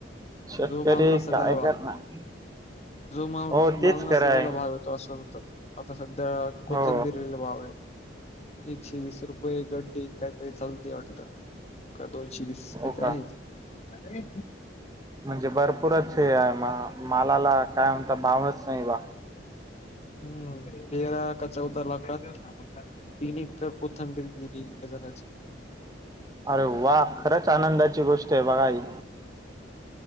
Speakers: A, on the right; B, on the left.
A: शेतकरी
B: जो माल नसता
A: काय
B: त्याला भाव
A: करणार
B: जो माल
A: हो तेच
B: माल नसत
A: खरंय
B: त्याला भाव येतो असं होतं आता सध्या कोथं
A: हो
B: बिरला भाव आहे एकशे वीस रुपये गड्डी काहीतरी चालते वाटत का दोनशे वीस
A: हो
B: आहे
A: का
B: अरे
A: म्हणजे भरपूरच हे आहे म मालाला काय म्हणत भावच नाही बा
B: हम्म रा कच्चा उतार लातात तीन एकर कोथंबीर गिरी जराची
A: अरे वा खरंच आनंदाची गोष्ट आहे बघाई